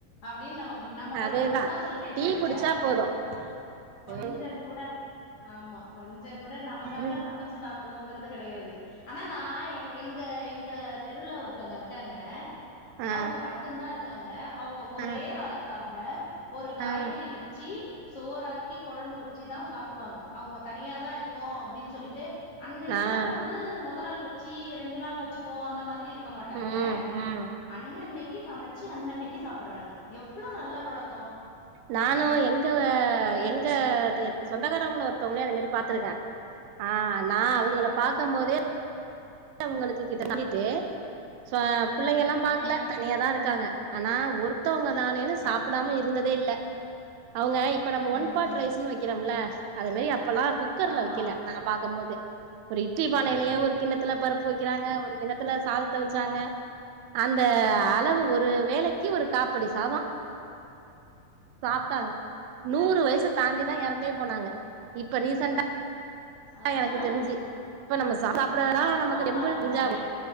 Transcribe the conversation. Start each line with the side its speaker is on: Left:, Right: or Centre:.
Left: அப்டின் நம் நம்ம மனசு
Right: அதேதா
Left: அப்டுதா சொல்லுதே
Right: டீ
Left: தவர
Right: குடிச்சா போது
Left: கொஞ்சங்கூட
Right: ம்
Left: ஆமா கொஞ்சங்கூட நமக்காக
Right: ம்
Left: சமச்சு சாப் புடுவோங்றது கடையாது ஆனா நா எ எங்க எங்க தெருல ஒருத்தோங்க இருக்காங்க
Right: ஆ
Left: அவுங்க மட்டுந்தா இருக்காங்க அவுங்க ஒரே
Right: ஆ
Left: ஆளுக்காக ஒரு காய்கறி
Right: ஆ
Left: வை சி சோறாக்கி கொழம்பு வெச்சுதா சாப்புடுவாங்க அவங்க தனியாதா இருக்கோ அப்டின் சொல்லிட்டு அன்னன்
Right: ஆ
Left: அது வந் து மொத நாள் வெச்சி ரெண்டு நாள் வச்சுப்போ அந்த மாதிரி இருக் க மாட்டாங்க
Right: ம் ம்
Left: அன்னன்னைக்கு சமைச் சி அன்னன்னைக்கு சாப்பிடறாங்க எவ்ளொ நல்ல பழக்கோ
Right: நானு எங்க
Left: வேண்டியது.
Right: எங்க சொந்தக்காரங்கள ஒருத்தவங்களையு அது மாரி பாத்துருக்கே ஆ நா
Left: ம்.
Right: அவங்கள பாக்கம் போதே அவங்களுக்கு கிட்ட மாட்டிட்டு ச பிள்ளைங்கெலா பாக்கல
Left: ம்.
Right: தனியாதா இருக்காங்க ஆனா ஒருத்தவுங்க தானேன்னு
Left: ம்.
Right: சாப்பிடாம இருந்ததே இல்ல அவங்க இப்ப நம்ம
Left: ம்.
Right: ஒன் பாட் ரைஸ்ன்னு வெக்கிறமல்ல அது மாரி அப்பெல்லா குக்கர்ல
Left: ஆமா.
Right: வெக்கல நா பாக்கும் போது ஒரு இட்லி பானைலயே ஒரு கிண்ண த்துல பருப்பு வெக்கறாங்க ஒரு கிண்ணத்துல சாதத்த வெச்சாங்க அந்த அளவு ஒரு வேலைக்கு ஒரு காப்படி சாதொ சாப்ட்டாங்க நூறு வயச தாண்டிதா எறந்தே போனாங்க இப்ப ரீசண்டா
Left: அதுதான்
Right: எனக்கு தெரிஞ்சு இப்ப நம்ம சாப்பறதெல்லா
Left: இப்பல்லா
Right: நமக்கு ரெம்ப
Left: பாருங்களே
Right: தெரிஞ்சாகு